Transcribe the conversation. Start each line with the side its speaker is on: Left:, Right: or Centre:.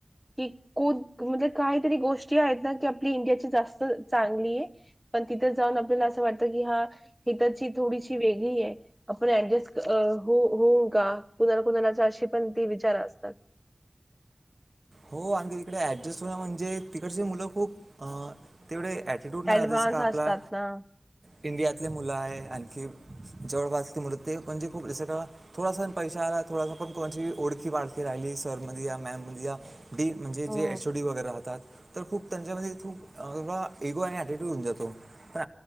Centre: कि कोण म्हणजे काहीतरी गोष्टी आहेत ना की आपली इंडियाची जास्त चांगली आहे पण तिथं जाऊन आपल्याला असं वाटत कि हा इथची थोडीशी वेगळी आहे आपण ऍडजस्ट अ होऊ का कुणाला कुणाला अशी पण ते विचार असतात.
Right: हो आणखी तिकडे ऍडजेस्ट होण म्हणजे तिकडचे मुलं खूप अ तेवढे अटिट्यूड ना
Centre: ऍडव्हान्स
Right: जस का आपला
Centre: असतात ना
Right: इंडियात तिथेले मुलं आहे आणखी जवळपासती मुलं ते म्हणजे खूप जं क थोडासा पण पैश आला थोडासा पण कोणाची ओळखी पाळखी राहिली सर मनजे या मॅम मनजे या डी म्हणजे
Centre: हो
Right: जे एच ओ डी वैगेरे राहतात. तर खूप त्यांच्यामध्ये खूप इगो आणि अटिट्यूड होऊन जातो पण